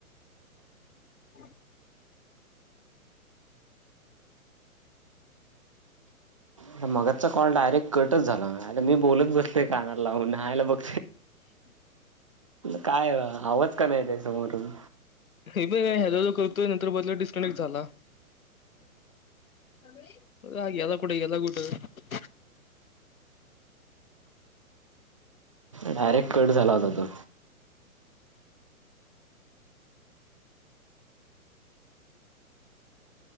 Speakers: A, on the left (about 70°); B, on the right (about 25°).
A: हो.
B: आता मगाचा कॉल डायरेक्ट कटच झाला. आता मी बोलत बसले काना लावून आयला बघ काय आव पका नाही त्या समोरून.
A: हा मी पण हॅलो हॅलो करतोय नंतर मनानं डिस्कनेक्ट झाला. अरे! हा गेला कुठे? गेला कुठं?
B: डायरेक्ट कट झाला होता तो.